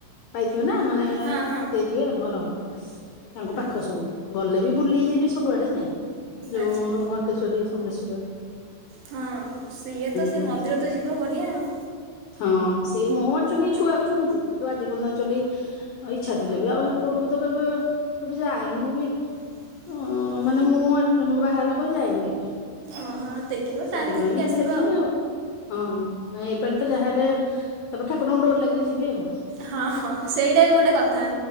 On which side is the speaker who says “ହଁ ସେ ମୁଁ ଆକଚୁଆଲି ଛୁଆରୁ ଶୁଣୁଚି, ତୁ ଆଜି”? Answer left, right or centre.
Left